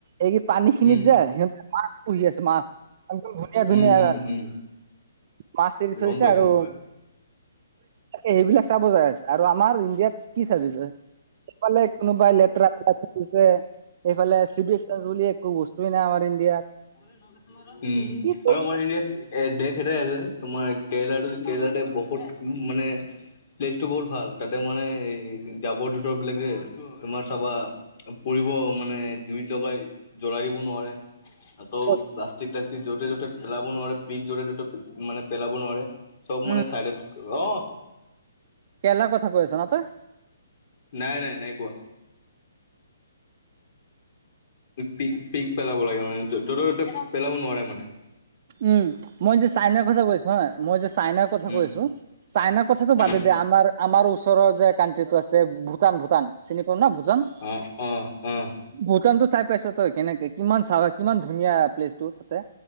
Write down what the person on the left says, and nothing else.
উম
উম
উম উম
গম পাইছো
উম,
আৰু আমাৰ এৰিয়াত এ দেশ এটাই আছে, তোমাৰ কেৰেলাটো কেৰেলাতে বহুত মানে প্লেচ টো বহুত ভাল, তাতে মানে এই জাবৰ জোথৰ বিলাকে তোমাৰ চাবা পৰিব মানে জুই জ্বলাই জ্বলাই দিব নোৱাৰে। আকৌ
প্লাষ্টিক চালষ্টিলক য'তে য'তে পেলাব নোৱাৰে পিক যতে ততে মানে পেলাব নোৱাৰে, চব
মানে চাইডত অঁ
নাই নাই নাই কোৱা। পিক পিক পেলাব লাগে মানে য'তে ত'তে পেলাব নোৱাৰে মানে।
উম
উম
অ অ অ